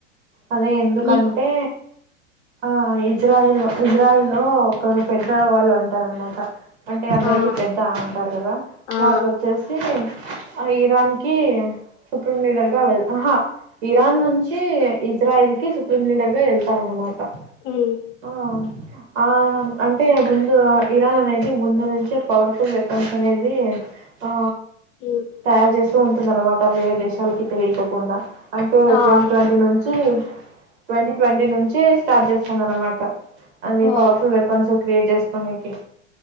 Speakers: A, on the right (about 60°); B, on the left (about 45°).
A: అదే ఎందుకంటే
B: మీకు
A: ఆ ఇజ్రాయిల్ ఇజ్రాయిల్ లో ఒకరు పెద్ద వాళ్ళు ఉంటారన్న మాట అంటే అందరికి
B: ఆ
A: పెద్ద అంటారు కదా
B: ఆ
A: వాళ్ళు వో చ్చేసి ఇరాన్ కి సుప్రీం లీడర్ గా వెల్ ఆహా ఇరాన్ నుంచి ఇజ్ జ్రాయిల్ కి ఈ సుప్రీమ్ లీడర్ గా వెళ్తారు అన్నమా ట
B: ఉమ్
A: ఆ ఆ అంటే ముందు ఇరాన్ అనేది ముందు నుంచే పవర్ ఫుల్ వెపన్స్ అనేది ఆ
B: ఉమ్
A: తయారు చేసే స్తూ ఉంటుంద అనమాట వేరే దేశాలకి తెలియకోకుండా అంటే
B: ఆ
A: ట్వంటీ ట్వంటీ నుంచి ట్వంటీ ట్వంటీ నుంచి స్టార్ట్ చేస్తాంది అనమాట అది
B: ఓ
A: పవర్ఫుల్ వెపన్స్ క్రియేట్ చేసుకోనేకి